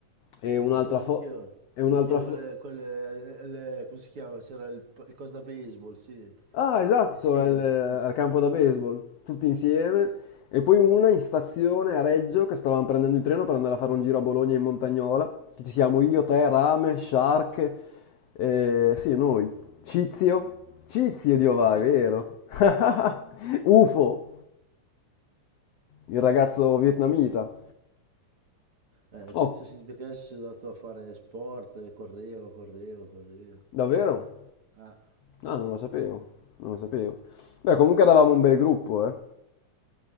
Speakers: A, on the left (about 85°); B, on the right (about 50°).
A: e un'altra
B: Ah, c'ero anch'io.
A: foto, e un'altra
B: C'ero anch'io
A: foto...
B: quelle, quelle- le- le- come si chiama? C'era il, il coso da baseball, sì.
A: Ah, esatto,
B: Sì, sì,
A: al, al
B: sì, sì.
A: campo da baseball, tutti insieme. E poi una in stazione a Reggio che stavamo prendendo il treno per andare a fare un giro a Bologna in Montagnola. Che ci siamo io, te, Rame, Shark, eh, sì, noi. Cizio. Cizio di Ovà,
B: Cizio.
A: è vero. <laughs> UFO, il ragazzo vietnamita.
B: Eh,
A: Oh,
B: Cizio ho sentito che adesso si è andato a fare sport, eh, correva, correva, correva.
A: davvero?
B: Ah,
A: No, non lo sapevo, non lo sapevo. Beh, comunque eravamo un bel gruppo, eh.